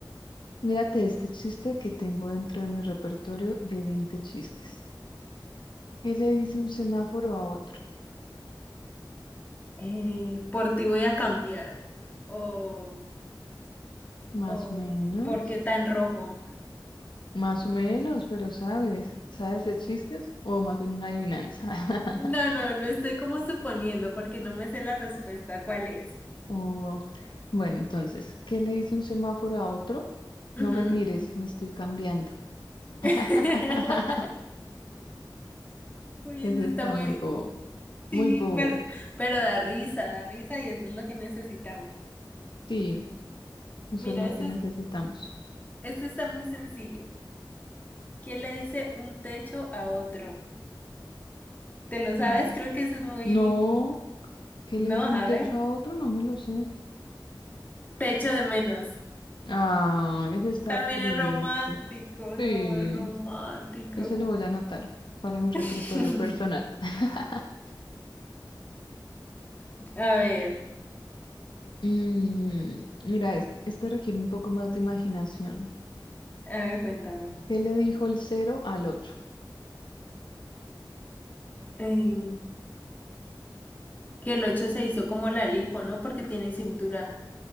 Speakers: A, on the left; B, on the left.
A: Mírate este chiste que tengo dentro de mi repertorio de 20 chistes. ¿Qué le dice un semáforo a otro?
B: Eh, por ti voy a cambiar. O,
A: Más
B: o,
A: o menos,
B: ¿por qué tan rojo?
A: más o menos, pero sabes, ¿sabes de chistes o más bien una adivinanza? <laughs>
B: No, no, lo estoy como suponiendo porque no me sé la respuesta. ¿Cuál es?
A: o bueno, entonces, ¿qué le dice un semáforo a otro? No
B: Ujú.
A: me mires, me estoy cambiando.
B: <laughs>
A: <laughs>
B: Uy,
A: Ese
B: eso
A: está
B: está muy...
A: muy bobo,
B: Sí,
A: muy bobo.
B: pero, pero da risa, da risa y eso es lo que necesitamos.
A: Sí, eso
B: Mira,
A: es lo
B: esto
A: que necesitamos.
B: es, esto está muy sencillo. ¿Quién le dice un techo a otro? ¿Te lo sabes?
A: Mm.
B: Creo que eso es muy...
A: No, ¿qué
B: No,
A: le dice
B: a
A: un techo
B: ver.
A: a otro? No me lo sé.
B: Te echo de menos.
A: Ah, ese está
B: También
A: triste.
B: es romántico,
A: Sí,
B: no, es romántico.
A: ese lo voy a anotar para mi repertorio
B: <laughs>
A: personal. <laughs>
B: A ver,
A: Mm, mira, es- este requiere un poco más de imaginación.
B: a ver, cuéntame.
A: ¿Qué le dijo el cero al ocho?
B: Eh, que el 8 se hizo como la lipo, ¿no? Porque tiene cintura.